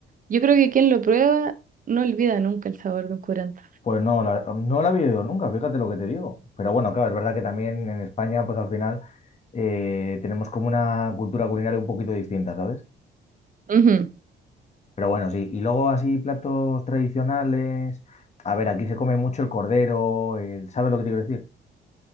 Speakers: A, on the right; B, on the left.
A: Yo creo que quien lo prueba no olvida nunca el sabor de un curanto.
B: Pues no, la- no la había oído nunca, fíjate lo que te digo. Pero bueno, claro, es verdad que también en España, pues al final eh, tenemos como una cultura culinaria un poquito distinta, ¿sabes?
A: Ujú.
B: Pero bueno, sí. Y luego así platos tradicionales. A ver, aquí se come mucho el cordero, el, ¿sabes lo que te quiero decir?